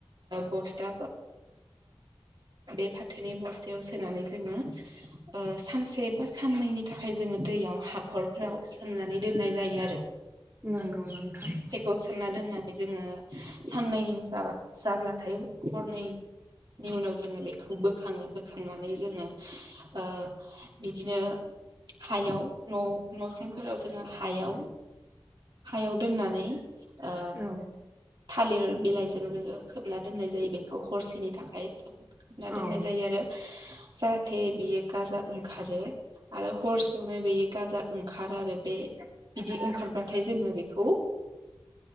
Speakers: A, on the right; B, on the right.
A: बस्टा बे फाथोनि बस्थायाव सोनानै जोङो सानसे बा साननैनि थाखाय जोङो दैयाव हाखरफोराव सोमनानै दोननाय जायो आरो
B: नांगौ नोंथां
A: थ सोमना दोननानै जोंङो साननै जाबा-जाब्लाथाय हरनै नि उनाव जोंङो बेखौ बोखाङो बोखांनानै जोंङो बिदिनो हायाव न'-न' सिंफोराव जोंङो हायाव हायाव दोननानै ओ
B: औ
A: थालिर बिलाइजों जोंङो खोबना दोननाय जायो बेखौ हरसेनि थाखाय खना दोननाय
B: औ
A: जायो आरो जाहाथे बियो गाजा ओंखारो आरो हरसेयावनो बेयो गाजा ओंखारो आरो बे बिदि ओंखारबाथाय जोङो बेखौ